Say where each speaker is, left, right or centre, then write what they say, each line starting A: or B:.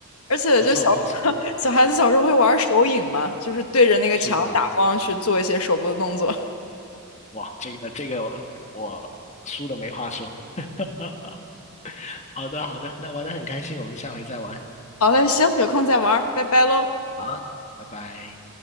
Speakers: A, on the left; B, on the left.
A: 而且就小
B: 不错不错，
A: <laughs> 小孩子小时候会玩手影嘛，就是对着那个墙打光去做一些手部的动作。
B: 是的。哇，这个这个我输的没话说。<laughs> 好的好的，那玩的很开心，我们下回再玩。
A: 好嘞，行，有空再玩儿拜拜喽。
B: 啊，拜拜。